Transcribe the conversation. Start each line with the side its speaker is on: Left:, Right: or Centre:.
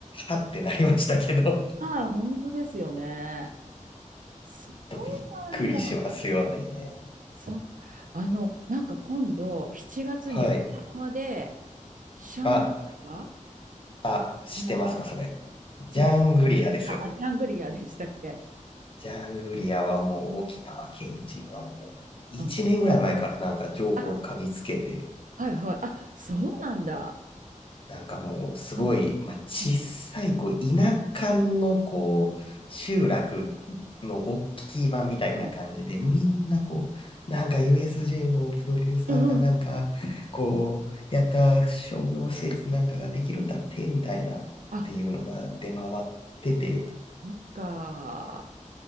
Left: はってなりましたけど。
Right: ああ、本当ですよね。そう
Left: とびっくりしますよね。
Right: なんだ。そっか。あの、なんか今度、7月に沖縄で、
Left: はい。
Right: シャングリラ
Left: あ、あ、知ってますか、
Right: 沖縄
Left: それ。ジャングリアですよね。
Right: そうし、シあシャングリラでしたっけ
Left: ジャングリアはもう沖縄県人はもう1年ぐらい前からなんか情報を嗅ぎつけて、
Right: うん。あ、はいはい。あ、そうなんだ。
Left: なんかもうすごい、
Right: うん、
Left: まあ、小さい、
Right: うん、うん、
Left: こう、田舎のこう、集落の大きい場みたいな感じで、
Right: うん、
Left: みんなこう、なんか USJ のプロデューサーがなんか、
Right: うん、うん。
Left: こう、やった商業施設なんかができるんだって、みたいなっていうのが出回ってて、
Right: あ、そっか。